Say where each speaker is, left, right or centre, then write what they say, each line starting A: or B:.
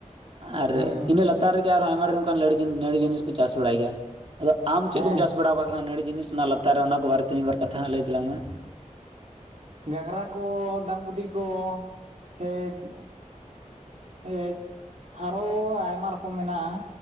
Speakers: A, on the right; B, on the right.
A: ᱟᱨ
B: ᱦᱩᱸ
A: ᱤᱱᱟᱹ ᱞᱟᱛᱟ ᱞᱟᱛᱟᱨ ᱨᱮᱜᱮ ᱟᱨᱦᱚᱸ ᱟᱭᱢᱟ ᱰᱷᱮᱨ ᱠᱟᱱ ᱞᱟᱹᱲ ᱡᱤᱱ ᱱᱟᱹᱲᱤ ᱡᱤᱱᱤᱥ ᱠᱚ ᱪᱟᱥ ᱵᱟᱲᱟᱭ ᱜᱮᱭᱟ᱾ ᱟᱫᱚ ᱟᱢ ᱪᱮᱫ
B: ᱦᱮᱸ
A: ᱠᱚ ᱪᱟᱥ ᱵᱟᱲᱟᱣ ᱟᱠᱟᱫ ᱱᱟᱹᱲᱤ ᱡᱤᱥ ᱞᱟᱛᱟᱨ ᱚᱱᱟ ᱠᱚ ᱵᱟᱨᱮᱛᱮ ᱢᱤᱫ ᱵᱟᱨᱛᱷᱟ ᱦᱟᱸᱜ ᱞᱟᱹᱭ ᱛᱟᱞᱟᱝ ᱢᱮ?
B: ᱜᱷᱟᱸᱜᱽᱨᱟ ᱠᱚ ᱫᱟᱝ ᱵᱩᱫᱤ ᱠᱚ ᱼ ᱮᱡᱽ ᱟᱨᱚ ᱟᱭᱢᱟ ᱨᱚᱠᱚᱢ ᱢᱮᱱᱟᱜᱼᱟ᱾